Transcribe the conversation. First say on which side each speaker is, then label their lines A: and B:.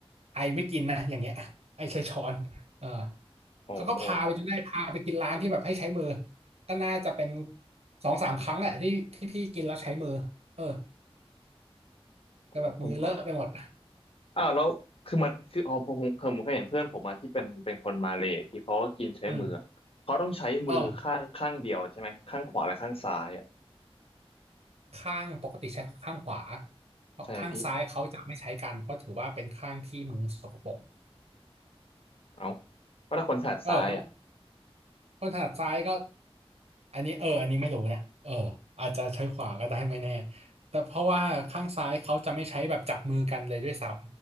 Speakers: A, on the right; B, on the left.
A: ไอไม่กินนะอย่างเงี้ย <laughs> ไอใช้ช้อนเออ
B: โอ้โห
A: เขาก็พาไปจนได้พาไปกินร้านที่แบบให้ใช้มือก็น่าจะเป็นสองสามครั้งแหละที่ที่พี่กินแล้วใช้มือเออ
B: <laughs>
A: ก็แบบมือเลอะไปหมด
B: ผมก็อ้าวแล้วคือมันคืออ๋อผมผมผมเคยเห็นเพื่อนผมมาที่เป็นเป็นคนมาเลย์ที่เขาก็กินใช้มืออะเขาต้องใช้มือข้างข้างเดียวใช่ไหมข้างขวาและข้างซ้ายอ่ะ
A: อืมเออข้างปกติใช้ข้างขวาเพราะข้างซ้ายเขาจะไม่ใช้กันเพราะถือว่าเป็นข้างที่มือสกปรก
B: ใช่ไหมพี่เอ้าว่าถ้าคนถนัดซ้ายอ่ะ
A: เออ คนถนัดซ้ายก็อันนี้เอออันนี้ไม่รู้เนี่ยเอออาจจะใช้ขวาก็ได้ไม่แน่แต่เพราะว่าข้างซ้ายเขาจะไม่ใช้แบบจับมือกันเลยด้วยซ้